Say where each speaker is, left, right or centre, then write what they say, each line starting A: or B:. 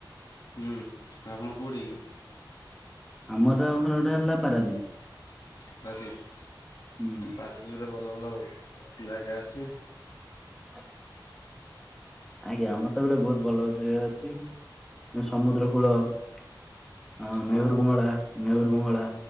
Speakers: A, on the left; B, in the centre.
A: ହୁଁ ଆପଣ କୋଉଁଠି କି?
B: ଆମର ଘର ଟା ହେଲା ପାରାଦ୍ୱୀପ।
A: ପାରାଦ୍ୱୀପ
B: ହୁଁ।
A: ଦୁଇରେ ଭଲ ଭଲ ଜାଗା ଅଛି
B: ହ ଆଜ୍ଞା ଆମର ତ ଗୋଟେ ବହୁତ ଭଲ ଜାଗା ଅଛି ସମୁଦ୍ର କୂଳ ଆ
A: ହଁ
B: ନେଉରୁ ବଙ୍ଗଳା ନେଉରୁ ବଙ୍ଗଳା